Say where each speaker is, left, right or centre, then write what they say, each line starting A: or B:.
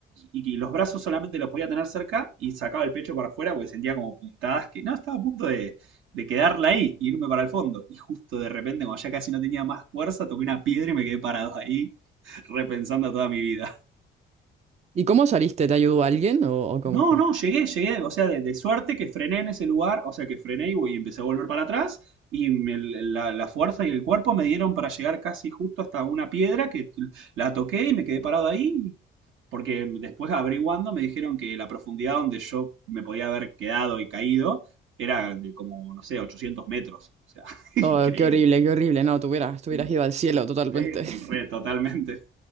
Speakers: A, on the right (about 80°); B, on the right (about 35°).
A: y, y los brazos solamente los podía tener cerca, y sacaba el pecho para afuera porque sentía como puntadas que, no, estaba a punto de... de quedarla ahí, y irme para el fondo. Y justo de repente, cuando ya casi no tenía más fuerza, toqué una piedra y me quedé parado ahí, repensando toda mi vida.
B: ¿Y cómo saliste? ¿Te ayudó alguien o, o cómo
A: No,
B: fue?
A: no, llegué, llegué, o sea, de, de suerte que frené en ese lugar, o sea, que frené y, voy- y empecé a volver para atrás y me- la, la fuerza y el cuerpo me dieron para llegar casi justo hasta una piedra que la toqué y me quedé parado ahí, porque después averiguando me dijeron que la profundidad donde yo me podía haber quedado y caído era de como, no sé, 800 metros, o sea, <laughs> increíble.
B: Oh, qué horrible, qué horrible. No, tú hubieras, tú
A: Mm,
B: hubieras ido al cielo totalmente.
A: Sí,
B: <laughs>
A: re, totalmente.